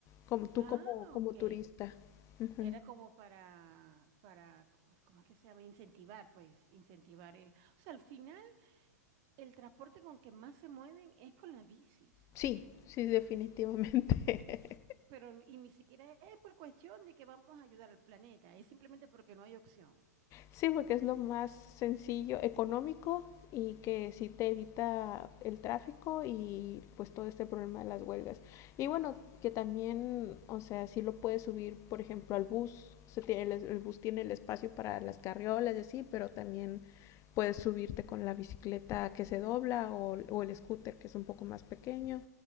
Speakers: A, on the left (about 35°); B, on the right (about 45°).
A: como tú
B: Ah,
A: como, como
B: ok.
A: turista. Ujú.
B: Era como para, para, ¿cómo es que se llama? Incentivar, pues, incentivar el. O sea, al final, el transporte con que más se mueven es con las bicis.
A: Sí, sí, definitivamente. <laughs>
B: Pero, n- y ni siquiera es por cuestión de que vamos a ayudar al planeta, es simplemente porque no hay opción.
A: Sí, porque es lo más sencillo, económico y que sí te evita el tráfico y pues todo este problema de las huelgas. Y bueno, que también, o sea, sí lo puedes subir, por ejemplo, al bus. Se tiene, el, es- el bus tiene el espacio para las carriolas y así, pero también puedes subirte con la bicicleta que se dobla o, o el scooter que es un poco más pequeño